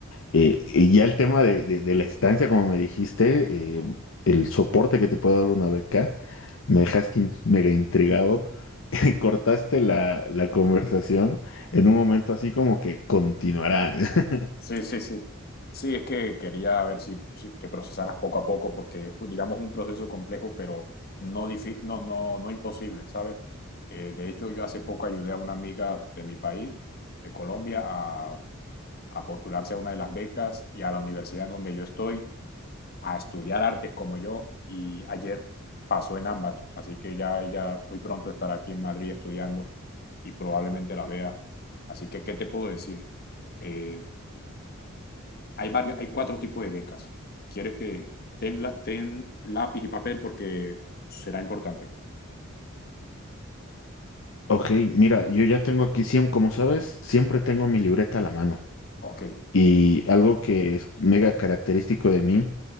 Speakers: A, on the left; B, on the left.
A: eh, y ya el tema de, de- de la estancia, como me dijiste, eh, el soporte que te puede dar una beca, me dejaste in- mega intrigado. <laughs> Cortaste la, la conversación en un momento así como que continuará. <laughs>
B: Sí, sí, sí. Sí, es que quería ver si, si- que procesaras poco a poco, porque es, digamos, un proceso complejo, pero no, difí- no, no, no imposible, ¿sabes? Eh, de hecho, yo hace poco ayudé a una amiga de mi país, de Colombia, a, a postularse a una de las becas y a la universidad en donde yo estoy, a estudiar artes como yo, y ayer pasó en ambas, así que ya ella muy pronto estará aquí en Madrid estudiando y probablemente la vea. Así que, ¿qué te puedo decir? Eh, hay, varios, hay cuatro tipos de becas. ¿Quieres que ten, la, ten lápiz y papel porque será importante?
A: Ok, mira, yo ya tengo aquí, siem- como sabes, siempre tengo mi libreta a la mano.
B: Ok,
A: Y algo que es mega característico de mí